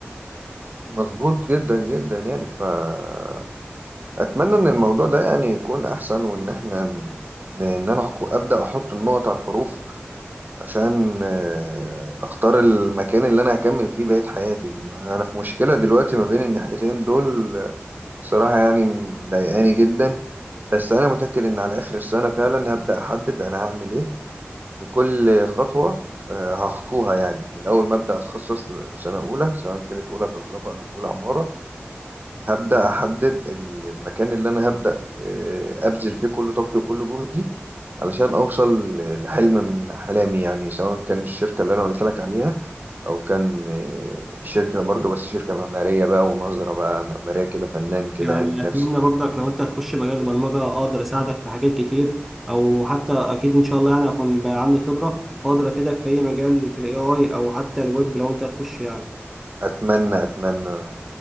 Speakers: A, on the right; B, in the centre.
A: مظبوط جدا جدا يعني فأتمنى إن الموضوع ده يعني يكون أحسن وإن إحنا ن- إن أنا أحك- أبدأ أحط النقط على الحروف عشان آه، أختار المكان اللي أنا هكمل فيه بقية حياتي أنا في مشكلة دلوقتي ما بين الناحيتين دول آه، صراحة يعني مضايقاني جدا بس أنا متأكد إن على آخر السنة فعلا هبدأ أحدد أنا هعمل إيه في كل خطوة آه، هخطوها يعني من أول ما أبدأ أتخصص سنة أولى سواء كانت أولى كهرباء أو أولى عمارة هبدأ أحدد المكان اللي أنا هبدأ آه، أبذل فيه كل طاقتي وكل جهدي علشان أوصل لحلم من أحلامي يعني سواء كان الشركة اللي أنا قلت لك عليها أو كان آه، شركة برضو بس شركة معمارية بقى ونظرة بقى معمارية كده فنان كده
B: يعني
A: يعني في
B: أتمنى
A: نفسي
B: برضك لو أنت هتخش مجال البرمجة أقدر أساعدك في حاجات كتير أو حتى أكيد إن شاء الله يعني هكون بقى عندي خبرة فأقدر أفيدك في أي مجال في ال AI أو حتى الويب لو أنت هتخش يعني
A: أتمنى أتمنى